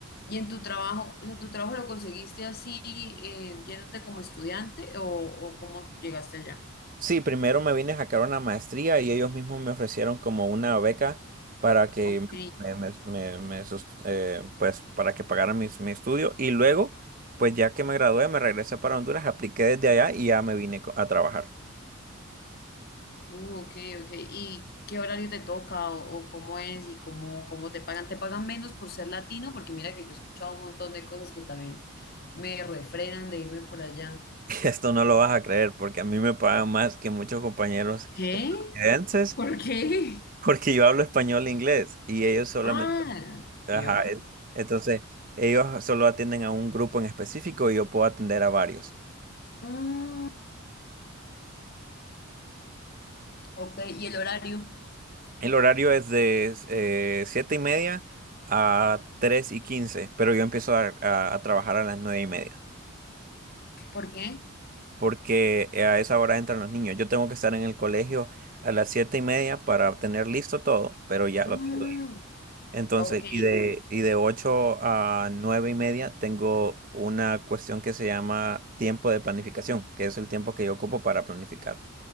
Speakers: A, on the left; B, on the right.
A: y en tu trabajo, o sea, ¿tu trabajo lo conseguiste así, eh, yéndote como estudiante o, o cómo llegaste allá?
B: Sí, primero me vine a sacar una maestría y ellos mismos me ofrecieron como una beca para que
A: Ok,
B: me, me- me- me sus- eh, pues para que pagara mis, mi estudio y luego pues ya que me gradué me regresé para Honduras, apliqué desde allá y ya me vine co- a trabajar.
A: Uh, ok, ok. ¿Y qué horario te toca o, o cómo es y cómo, cómo te pagan? ¿Te pagan menos por ser latino? Porque mira que yo he escuchado un montón de cosas que también me refrenan de irme por allá.
B: Esto no lo vas a creer porque a mí me pagan más que muchos compañeros
A: ¿Qué?
B: estadounidenses
A: ¿Por qué?
B: porque yo hablo español e inglés y ellos solamente...
A: Ah,
B: Ajá,
A: ¿vio?
B: en- entonces, ellos solo atienden a un grupo en específico y yo puedo atender a varios.
A: Mm, ok, ¿y el horario?
B: El horario es de eh, siete y media a tres y quince pero yo empiezo a, a- a trabajar a las nueve y media
A: ¿Por qué?
B: porque a esa hora entran los niños. Yo tengo que estar en el colegio a las siete y media para tener listo todo, pero ya
A: Mm,
B: lo tengo. Entonces,
A: ok,
B: y de, y de 8 a 9 y media tengo una cuestión que se llama tiempo de planificación, que es el tiempo que yo ocupo para planificar